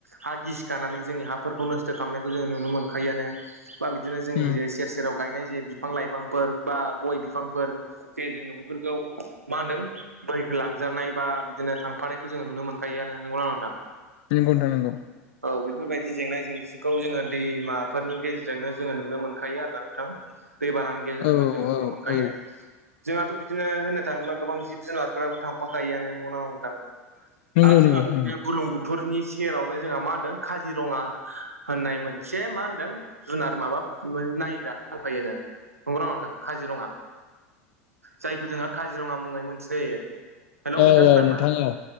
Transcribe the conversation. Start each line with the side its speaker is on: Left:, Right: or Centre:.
Right: हा गिसिखानानै जोंनि हाफोरखौ नोस्थो खालामनायखौ जोंङो नुनो मोनखायोआनो बा बिदिनो जोंनि
Left: उम
Right: जे सेर सेराव गायनाय जे बिफां लाइफांफोर बा गय बिफांफोर जे जोंङो बेफोरखौ मा होनदों बैहैखो लांजानाय बा बिदिनो थांफानायखौ जोंङो नुनो मोनखायो आनो नोंगौ ना नंङा नोंथां
Left: नोंगौ ओनथां नोंगौ
Right: औ बेफोरबायदि जेंना जेंसिखौ जोंङो दैमाफोरनि गेजेरजोंनो जोंङो नुनो मोनखायो आरोना नोंथां दै बानानि गेजेरजोंनो
Left: औ
Right: जोंङो नुनो मोनखायो
Left: औ
Right: जोंहाथ' बिदिनो होननो थांङोब्ला गोबां जिब जुनारफोराबो थां फाखायोआ नो नोंगौना नंङा नोंथां
Left: नंगौ
Right: आरो जोंहाथ'
Left: नंगौ नंगौ
Right: बिदिनो बुलुं बु थुरनि सेरावनो जोंहा मा होनदों काजिरंङा होननाय मोनसे मा होनदों जुनार माबा नायग्रा दंखायोनो नंगौना नंङा नोंथां? काजिरंङा जायखौ जोंङो काजिरंङा मुंङै मोनथि जायो। हेलौ
Left: औ
Right: नोंथां खोनादों
Left: औ
Right: ना
Left: औ